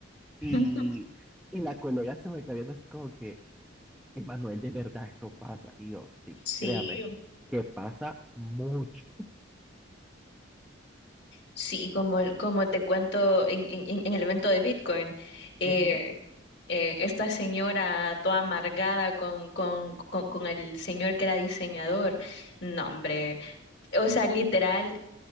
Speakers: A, on the left; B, in the centre.
A: <laughs>
B: Y, y la colega se me quedó viendo así como que, Emanuel, de verdad eso pasa. Y yo, sí,
A: Sí,
B: créame, que pasa mucho.
A: Sí, como, el- como te cuento en, en- en- en el evento de Bitcoin, eh,
B: Ujú.
A: eh, esta señora toda amargada con, con, con, con el señor que era diseñador, no, hombre,
B: Sí.
A: o sea, literal,